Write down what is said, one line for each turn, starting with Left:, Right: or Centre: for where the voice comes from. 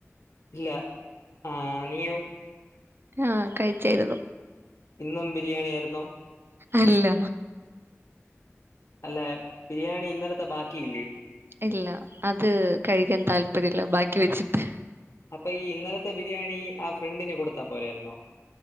Left: ഇല്ല, ആ.. നീയോ
Right: ആ.. കഴിച്ചായിരുന്നു.
Left: ഇന്നുംബിരിയാണി ആരുന്നോ
Right: അല്ല
Left: അല്ല, ബിരിയാണിയിന്നലത്തെ ബാക്കിയില്ലേ?
Right: ഇല്ല, അത്കഴിക്കാൻ താല്പര്യമില്ല, ബാക്കിവെച്ചിട്ട്...
Left: അപ്പോയീഇന്നലത്തെബിരിയാണി ആഫ്രണ്ടിന് കൊടുത്താൽ പോരായിരുന്നോ